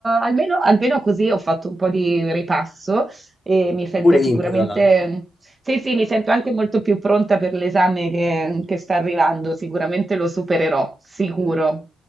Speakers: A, on the right (about 20°); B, on the left (about 30°).
A: almeno, almeno così ho fatto un po' di ripasso e mi sento
B: Pure
A: sicuramente,
B: vinto, tra l'altro.
A: sì, sì, mi sento anche molto più pronta per l'esame che, che sta arrivando. Sicuramente lo supererò, sicuro.